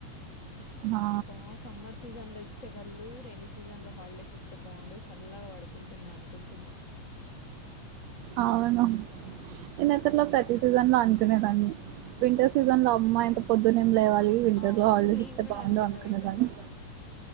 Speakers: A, on the right; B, on the left.
A: ఆ
B: అబ్బా సమ్మర్ సీజన్ లో ఇచ్చేవాళ్ళు రెణ సీజన్ లో హాలిడేస్ ఇస్తే బాగుండు చల్లగా పడుకుంటుండే అనుకుంటుండే
A: అవును నేను ఇతలో ప్రతి సీజన్ లో అనుకునేదాన్ని వింటర్ సీజన్ లో అమ్మా యింత పొద్దునే లేవాలి వింటర్
B: అవును
A: లో ఆల్డేడ్
B: నేను
A: ఇస్తే
B: కూడా
A: బాగుండు
B: అనుకున్నా
A: అనుకునేదాన్ని
B: వింటర్ సీజన్ లో